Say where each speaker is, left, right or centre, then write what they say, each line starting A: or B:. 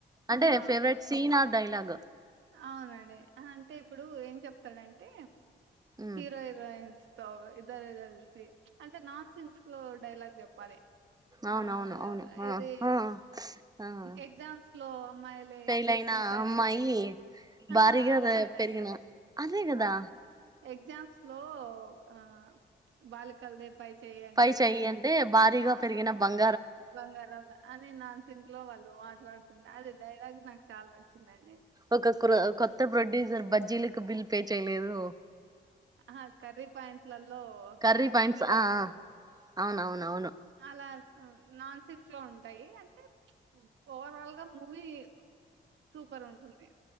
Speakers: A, on the right (about 20°); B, on the right (about 80°).
A: అంటే
B: ఆ
A: ఫేవరెట్ సీన్ ఆర్ డైలాగ్
B: అవునండి ఆహా అంటే ఇప్పుడు ఏం చెప్తడంటే
A: ఉమ్
B: హీరో హీరోయిన్స్ ఇద్దరు కలిసి అంటే నాన్ సింక్స్ లో డైలాగ్ చెప్పాలి
A: అవునవును
B: ఆ
A: అవును ఆ
B: ఇది
A: ఆ ఆ
B: ఎగ్జామ్స్ లో అమ్మాయిలే
A: ఫెయిల్ అయిన
B: ఈసారి
A: అమ్మాయి
B: ఆహా
A: భారీగా
B: అలా కాదండి
A: పెరిగిన అదే కదా
B: ఆ ఎగ్జామ్స్ లో ఆ బాలికల్దే పై చెయి అంటే
A: పై చెయ్యి అంటే భారీగా
B: ఆ
A: పెరిగిన బంగ
B: బంగారం అని నాన్ సింక్ లో వాళ్ళు మాట్లాడుతుంటె అది డైలాగ్ నాకు చాలా నచ్చింది చ్చిందండి
A: ఒక క్రో కొత్త ప్రొడ్యూసర్ బజ్జీలకు బిల్ పే చేయలేదు
B: ఆ కర్రీ పాయింట్లలో
A: కర్రీ పాయింట్స్
B: బిల్లు కట్టలేదని
A: ఆ అవునవునవును
B: అలా నాన్ సింక్ లో ఉంటాయి అంటే ఓవరాల్గా మూవీ సూపర్ ఉంటుంది